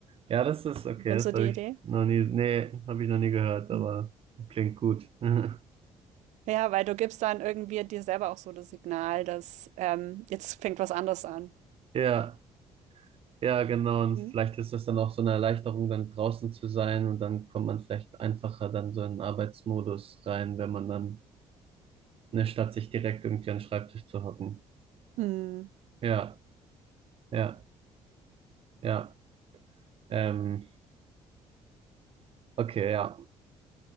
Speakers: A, on the right; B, on the right.
A: Ja, das ist okay,
B: Findest
A: das
B: du
A: habe
B: die Idee?
A: ich noch nie, nee, habe ich noch nie gehört, aber
B: Mhm.
A: klingt gut. <laughs>
B: Ja, weil du gibst dann irgendwie dir selber auch so das Signal, dass ähm, jetzt fängt was anderes an.
A: Ja, ja, genau. Und
B: Mhm.
A: vielleicht ist das dann auch so eine Erleichterung, dann draußen zu sein und dann kommt man vielleicht einfacher dann so in den Arbeitsmodus rein, wenn man dann Ne, statt sich direkt irgendwie an den Schreibtisch zu hocken.
B: Mhm.
A: Ja, ja, ja. Ähm, okay, ja.